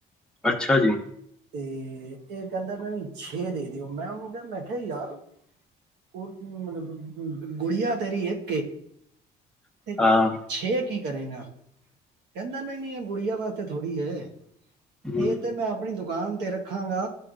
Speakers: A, in the centre; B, on the right (about 80°).
A: ਅੱਛਾ ਜੀ
B: ਤੇ ਇਹ ਕਹਿੰਦਾ ਮੈਂ ਵੀ ਛੇ ਦੇ ਦਿਓ ਮੈਂ ਉਹਨੂੰ ਮੈਂ ਕਿਹਾ ਯਾਰ ਉਹ ਮਤਲਬ ਗੁੜੀਆਂ ਤੇਰੀ ਇੱਕ ਤੇ
A: ਹਾਂ
B: ਛੇ ਕੀ ਚਲੇਗਾ ਕਹਿੰਦਾ ਨਹੀਂ ਨੀ ਇਹ ਗੁਡੀਆਂ ਵਾਸਤੇ ਤੇ ਥੋੜੀ ਹੈ
A: ਹੂੰ
B: ਇਹ ਤੇ ਮੈਂ ਆਪਣੀ ਦੁਕਾਨ ਤੇ ਰੱਖਾਂਗਾ